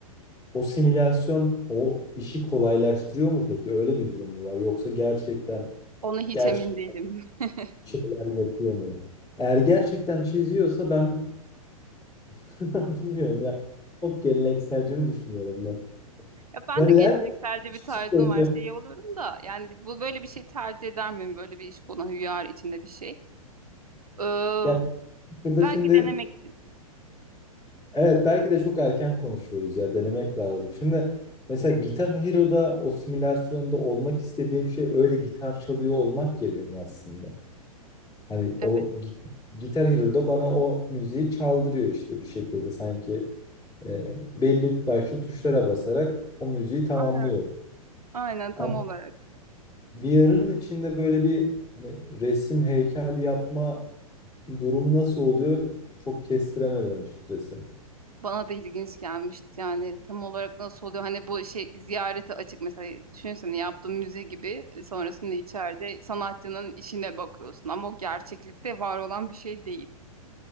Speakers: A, on the left (about 20°); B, on the right (about 80°).
A: o simülasyon o işi kolaylaştırıyor mu peki? Öyle bir durum mu var? Yoksa gerçekten
B: Ona hiç
A: gerçek
B: emin değilim. <laughs>
A: şeyler yapıyor mu? Eğer gerçekten çiziyorsa ben <laughs> bilmiyorum ya. Çok gelenekselci mi düşünüyorum da.
B: Ya ben
A: Yani
B: de gelenekselce
A: her
B: bir tarzım
A: olsa-
B: var şey oluyorum da yani bu böyle bir şey tercih eder miyim böyle bir iş konu VR içinde bir şey. Ee,
A: yani burada
B: belki
A: şimdi
B: denemek için.
A: evet belki de çok erken konuşuyoruz ya denemek lazım. Şimdi mesela Gitar Hero'da o simülasyonda olmak istediğim şey öyle gitar çalıyor olmak ya benim aslında. Hani
B: Evet.
A: o gi- Gitar Hero'da bana o müziği çaldırıyor işte bir şekilde sanki e, belli başlı tuşlara basarak o müziği tamamlıyorum.
B: Aynen. Aynen tam
A: Ama
B: olarak.
A: VR'ın içinde böyle bir hani resim heykel yapma durumu nasıl oluyor çok kestiremedim açıkçası.
B: Bana da ilginç gelmişti yani tam olarak nasıl oluyor hani bu şey ziyarete açık mesela düşünsene yaptığın müze gibi e, sonrasında içeride sanatçının işine bakıyorsun ama o gerçeklikte var olan bir şey değil.